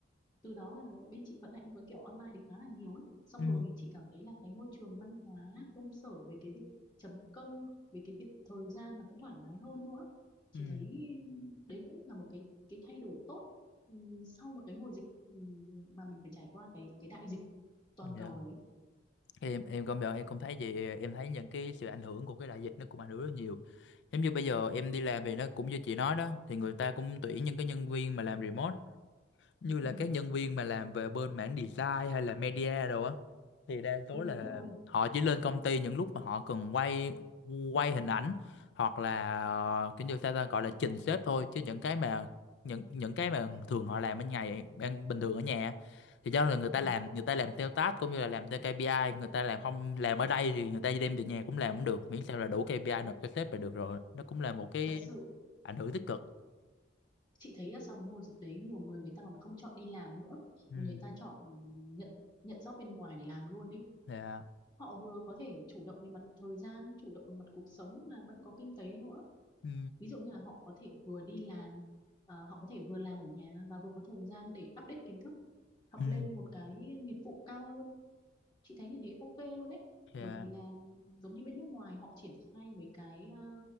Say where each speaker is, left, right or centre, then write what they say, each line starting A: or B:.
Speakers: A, on the left; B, on the left.
A: từ đó là bên chị vận hành theo cái kiểu online thì khá là nhiều ấy xong
B: Ừ,
A: rồi chị cảm thấy là cái môi trường văn hóa công sở về cái việc chấm công về cái việc thời gian là cũng thoải mái hơn nữa chị
B: ừ,
A: thấy đấy cũng là một cái cái thay đổi tốt ừm, sau một cái mùa dịch ừm, mà mình phải trải qua cái cái đại dịch toàn
B: dạ.
A: cầu đấy
B: Em em công nhận em cũng thấy vậy em thấy những cái sự ảnh hưởng của cái đại dịch nó cũng ảnh hưởng rất nhiều giống như bây giờ em đi làm thì nó cũng như chị nói đó thì người ta cũng tuyển những cái nhân viên mà làm remote như là
A: ừ,
B: các nhân viên mà làm về bên mảng design hay là media đồ á thì đa số
A: ừ
B: Ừ. là
A: đúng rồi
B: họ chỉ lên công ty những lúc mà họ cần quay quay hình ảnh hoặc là ờ, kiểu như sao ta gọi là trình xếp thôi chứ những cái mà những những cái mà thường họ làm ở ngày ban- bình thường ở nhà á, thì do là người
A: ừ.
B: ta làm người ta làm theo task cũng như là làm theo KPI người ta làm không làm ở đây thì người ta đem về nhà cũng làm cũng được miễn sao là đủ KPI nộp cho sếp là được rồi nó cũng là một cái
A: thật sự
B: ảnh hưởng tích cực
A: chị thấy là sau cái mùa dịch đấy nhiều người người ta còn không chọn đi làm nữa
B: ừ
A: mà người ta chọn ừm, nhận nhận job bên ngoài để làm luôn ấy
B: yeah
A: họ vừa có thể chủ động về mặt thời gian chủ động về mặt cuộc sống mà vẫn có kinh tế nữa
B: ừ
A: ví dụ như là họ có thể vừa đi làm ờ, họ có thể vừa làm ở nhà và vừa có thời gian để update kiến thức học
B: ừ
A: lên một cái nghiệp vụ cao hơn chị thấy như thế ok luôn đấy
B: Dạ.
A: bởi vì là giống như bên nước ngoài họ triển khai mấy cái à,